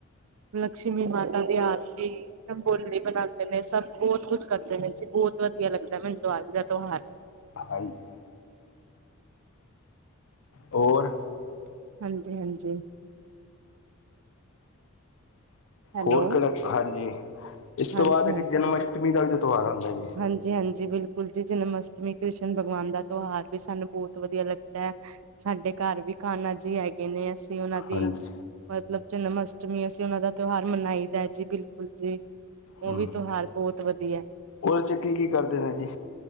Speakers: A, on the right; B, on the left.
A: ਲਕਸ਼ਮੀ ਮਾਤਾ ਦੀ ਆਰਤੀ ਰੰਗੋਲੀ ਬਣਾਂਦੇ ਨੇ ਸਭ ਬੋਤ ਕੁਛ ਕਰਦੇ ਨੇ ਜੀ ਬੋਤ ਵਧੀਆ ਲੱਗਦਾ ਮੈਨੂੰ ਦੀਵਾਲੇ ਦਾ ਤੁਹਾਰ।
B: ਹਾਂਜੀ। ਹੋਰ?
A: ਹਾਂਜੀ-ਹਾਂਜੀ। ਹੈਲੋ
B: ਹੋਰ ਕੇੜਾ ਹਾਂਜੀ, ਏਸ
A: ਹਾਂਜੀ
B: ਤੋਂ ਬਾਦ ਇੱਕ ਜਨਮ ਅਸ਼ਟਮੀ ਦਾ ਵੀ ਤੁਆਰ ਆਦਾ ਜੀ।
A: ਹਾਂਜੀ-ਹਾਂਜੀ ਬੇਲਕੁਲ ਜੀ ਜਨਮ ਅਸ਼ਟਮੀ ਕ੍ਰਿਸ਼ਨ ਭਗਵਾਨ ਦਾ ਤੁਹਾਰ ਵੀ ਸਾਨੂੰ ਬਹੁਤ ਵਧੀਆ ਲੱਗਦਾ ਐ ਸਾਡੇ ਘਰ ਵੀ ਖਾਣਾ ਜੀ ਆ ਨੇ ਅਸੀਂ ਓਨਾਂ ਦੀ,
B: ਹਾਂਜੀ
A: ਮਤਲਵ ਜਨਮ ਅਸ਼ਟਮੀ ਅਸੀਂ ਓਨਾਂ ਦਾ ਤਿਉਹਾਰ ਮਨਾਈ ਦਾ ਜੀ ਬਿਲਕੁਲ ਜੀ ਓ
B: ਹੂੰ
A: ਵੀ ਤੁਹਾਰ ਬੋਤ ਵਧੀਆ।
B: ਉਹਦੇ ਚ ਕੀ-ਕੀ ਕਰਦੇ ਨੇ ਜੀ?